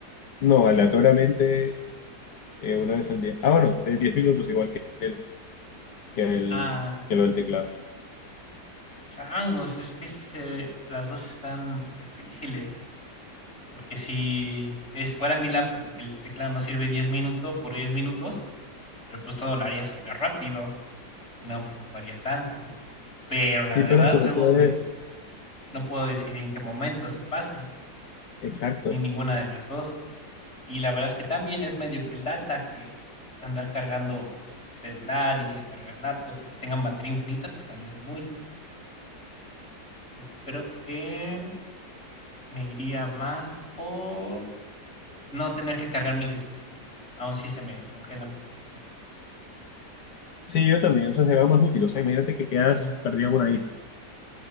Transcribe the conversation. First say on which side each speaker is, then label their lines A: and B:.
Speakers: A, on the left; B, on the left.
A: No, aleatoriamente eh, una vez al día. Ah, bueno, de 10 minutos igual que el, que el,
B: Ah,
A: que lo del teclado.
B: changos, es que si se, las dos están difíciles. Porque si es fuera mi laptop y que el teclado no sirve 10 minutos por 10 minutos, pero pues todo lo haría súper rápido y no me preocuparía tanto. Pero la
A: Sí,
B: verdad,
A: pero tú
B: luego
A: lo puedes.
B: me, no puedo decir en qué momento eso pase,
A: Exacto.
B: ni ninguna de las dos. Y la verdad es que también es medio que lata que andar cargando celular y cargar laptop y que tengan batería infinita, pues también es muy tentador. Yo creo que me iría más por no tener que cargar mis dispositivos, aun si se me congelan por 10 minutos.
A: Sí, yo también, o sea, sería más útil. O sea, imagínate que quedas
B: Ujú.
A: perdido en una isla,